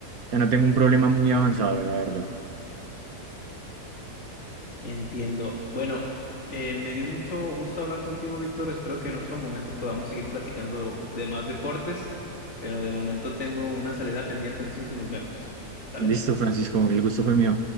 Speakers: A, on the right; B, on the left.
A: sea, no tengo un problema muy avanzado, la verdad.
B: Entiendo. Bueno, eh, me dio mucho gusto hablar contigo, Víctor. Espero que en otro momento podamos seguir platicando de más deportes, pero de momento tengo una salida pendiente, entonces nos vemos. ¿Sale?
A: Listo, Francisco, el gusto fue mío.